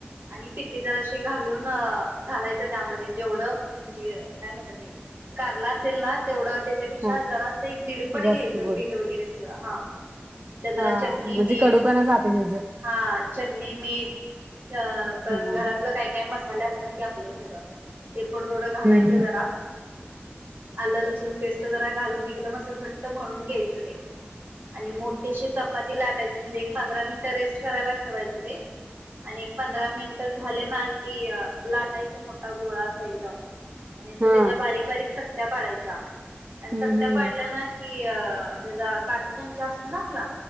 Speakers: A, on the right (about 60°); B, on the right (about 40°).
A: आणि पिठ्ठी जराशी घालून घालायचं त्यामध्ये जेवढं म्हणजे काय म्हणतात ते कारला असेल ना,, तेवढंऽऽ त्याच्यापेक्षा
B: हा
A: जरास एक दीडपट
B: जास्त
A: घ्यायचं
B: गोड
A: पीठ वगैरे सगळं,, हां. त्यात जरा
B: हा
A: चटणी
B: म्हणजे
A: मीठऽऽ
B: कडूपणा जाते त्याच हा
A: हां,, चटणी मीठ अ परत
B: हम्म
A: घरातलं काय काय मसाऽऽ झाले असतात की आपले सगळंऽऽ ते थोडं, थोडं घालायचं
B: हम्म.
A: जरा,, आलं लसूण पेस्ट जरा घालून एकदम असं घटऽऽ मळुन घ्यायच ते,, आणि मोठीशी चपाती लाटऽऽ चं म्हेजे एक पंधरा मिनटं रेस्ट करायला ठेवायच ते,, आणि एक पंधरा मिनिट झाऽऽ ना कि अं लाटायचा मोठा गोळा असा एकदम, आणि असे
B: हां.
A: त्याच्या बारीक, बारीक चऽऽ चकत्या पाडायच्या, आणि
B: हं,
A: चकत्या
B: हं.
A: पाडल्यानऽऽ कि अ हजार,, काटा चमचा असतो ना आपला